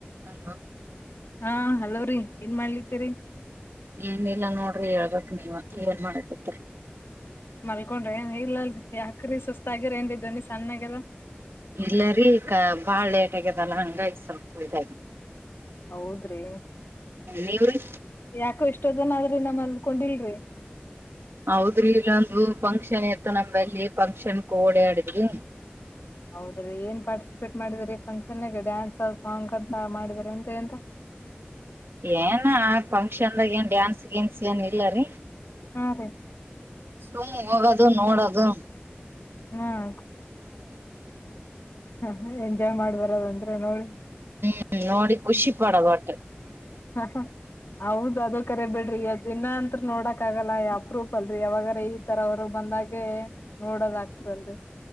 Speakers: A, on the right; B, on the left.
A: Hello.
B: ಹಾ ಹಲವ್ರೀ ಏನ್ ಮಾಡ್ಲತಿೇರಿ.
A: ಏನಿಲ್ಲಾ ನೋಡ್ರಿ ಹೇಳ್ಬಕ್ ನೀವ ಏನ್ ಮಾಡಕತಿ.
B: ಮಲ್ಕೊಂಡ್ರೆ ಏನ್ ಇಲ್ಲಲ್ರಿ. ಯಾಕ್ರೀ ಸುತಾಗಿಿರೇಂಡ ಚಣ್ಣಾಗದ
A: ಇಲ್ಲರಿೀ ಕ ಬಾಳ ಲೇಟ್ ಆಗ್ಯದಲ್ಲ ಹಂಗಾಗಿ ಸ್ವಲ್ಪ ಇದ.
B: ಹೌದ್ರಿ
A: ನೀವ್ರಿ
B: ಯಾಕೋ ಎಷ್ಟ. ಇಷ್ಟ ಜನ ಆದ್ರೆ ನಮ್ಮ್ ಅಲ್ಕೊಂಡಿಲ್ರಿ.
A: ಹೌದ್ರಿ ಇಲ್ಲಾ ಅದು. ಫಂಕ್ಷನ್ ಇತ್ತ ನಮ್ಮಲ್ಲಿ ಫಂಕ್ಷನ್ ಓಡಾಡಿದ್ವಿ.
B: ಹೌದ್ರೀ ಏನ್ ಪಾರ್ಟಿಸಿಪೇಟ್ ಮಾಡಿದ್ರೀ ಫಂಕ್ಷನ್. ಚೆನ್ನಾಗ ಡ್ಯಾನ್ಸ್ ಸಾಂಗ್ ಅಂತ ಮಾಡಿದಾರ ಟ ಎಂತ.
A: ಏನ ಫಂಕ್ಷನ್ದಾಗ ಏನ್ ಡ್ಯಾನ್ಸ್ ಗನ್ಸ್ ಏನ್ ಇಲ್ಲರಿ.
B: <unintelligible>
A: ಸುಮ್ಮ್ ಹೋಗದು ನೋಡದು.
B: ಹ್ಮ್. ಹ ಎಂಜಾಯ್ ಮಾಡ್ಬರದ್ರ. ಬೆನೋಳಿ.
A: ಹ್ಮ್ ನೋಡಿ ಖುಷಿ ಪಡದು ಹೊಟ್ಟೆ.
B: ಹ ಹೌದ ಅದ ಕರೆ ಬಿಡ್ರಿ. ದಿನಾ ಅಂತ್ ನೋಡಕ್ ಆಗಲ್ಲ ಅಪ್ರೂಫ ಅಲ್ರರಿ ಯಾವಾಗಾರ ಈ ತರವರು ಬಂದಾಗೆ. ನೋಡೋದ್ ಆಗ್ತದಲ್ರಿ